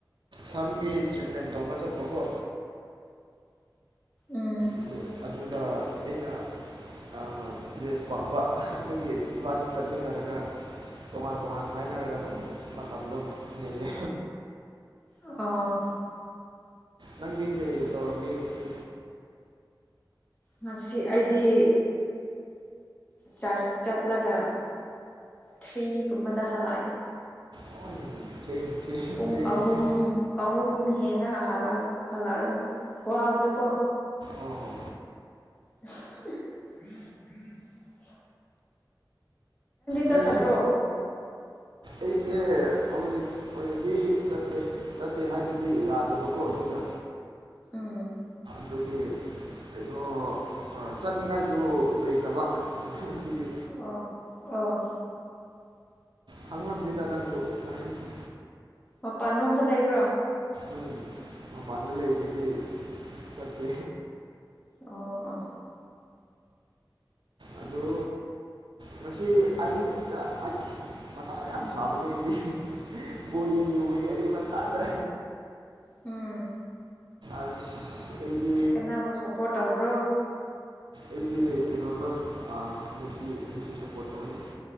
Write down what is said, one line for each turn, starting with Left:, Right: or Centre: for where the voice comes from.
Right: ꯁꯝꯒꯤ ꯇ꯭ꯔꯤꯠꯃꯦꯟ ꯇꯧꯕ ꯆꯠꯄꯀꯣ
Left: ꯎꯝ
Right: ꯑꯗꯨ ꯑꯗꯨꯗ ꯑꯩꯅ ꯑ ꯇ꯭ꯔꯦꯁ ꯄꯥꯝꯕ ꯑꯗꯨꯒꯤ ꯏꯕꯥꯟꯅꯤ ꯆꯠꯃꯤꯟꯅꯔꯒ ꯇꯣꯉꯥꯟ ꯇꯣꯉꯥꯟ ꯈꯥꯏꯅꯔꯒ ꯑꯗꯨꯝ ꯃꯇꯝꯗꯣ ꯍꯦꯂꯦ
Left: ꯑ
Right: ꯅꯪꯗꯤ ꯀꯩ ꯇꯧꯔꯝꯒꯦ ꯉꯁꯤ꯫
Left: ꯉꯥꯁꯤ ꯑꯩꯗꯤ꯫ ꯆꯔꯆꯁ ꯆꯠꯂꯒ ꯊ꯭ꯔꯤꯒꯨꯝꯕꯗ ꯍꯜꯂꯛꯑꯦ꯫
Right: ꯍꯣꯏ ꯊꯦꯡ ꯊꯦꯡ
Left: ꯄꯨꯡ
Right: ꯊꯦꯡꯉꯦꯍꯦ꯫
Left: ꯑꯍꯨꯝ ꯑꯍꯨꯝ ꯍꯦꯟꯅ ꯍꯜꯂꯛ ꯍꯜꯂꯛꯔꯒ ꯋꯥꯕꯗꯨ ꯀꯣ
Right: ꯑꯣ ꯍꯣ
Left: ꯎꯝ ꯎꯝ ꯆꯠꯇꯕ꯭ꯔꯣ
Right: ꯉꯁꯤ ꯑꯩꯁꯦ ꯍꯧꯖꯤꯛ ꯑꯣꯏꯅꯗꯤ ꯆꯠꯇꯦ ꯆꯠꯇꯦ ꯍꯥꯏꯕꯗꯤ ꯌꯥꯗꯕꯀꯣ ꯁꯤꯗ
Left: ꯎꯝ꯫
Right: ꯑꯗꯨꯒꯤ ꯀꯩꯅꯣ ꯆꯠꯅꯤꯡꯉꯥꯏꯁꯨ ꯂꯩꯇꯕ ꯑꯗꯨꯒꯤ꯫
Left: ꯑꯣ ꯑꯣ꯫
Right: ꯈꯪꯂꯝꯅꯤꯗ ꯅꯪꯁꯨ ꯉꯁꯤꯗꯤ꯫
Left: ꯃꯄꯥꯟꯂꯣꯝꯗ ꯂꯩꯕ꯭ꯔꯥ꯫
Right: ꯎꯝ ꯃꯄꯥꯟꯗ ꯂꯩꯕꯒꯤ ꯆꯠꯇꯦ꯫
Left: ꯑꯣ ꯑꯣ꯫
Right: ꯑꯗꯨ ꯉꯁꯤ ꯑꯌꯨꯛꯇ ꯑꯁ꯫ ꯃꯊꯥ ꯌꯥꯝ ꯁꯥꯕꯅꯦ ꯑꯩꯗꯤ ꯕꯣꯜ ꯌꯦꯡꯂꯨꯕꯒꯤ ꯑꯌꯨꯛ ꯉꯟꯇꯥꯗ꯫
Left: ꯎꯝ꯫
Right: ꯑꯁ꯫ ꯑꯩꯗꯤ
Left: ꯀꯅꯥꯕꯨ ꯁꯄꯣꯔꯠ ꯇꯧꯕ꯭ꯔꯣ꯫
Right: ꯑꯩꯒꯤ ꯀꯩꯅꯣꯗꯣ ꯑꯥ ꯃꯦꯁꯤ ꯁꯄꯣꯔꯠ ꯇꯧꯏ꯫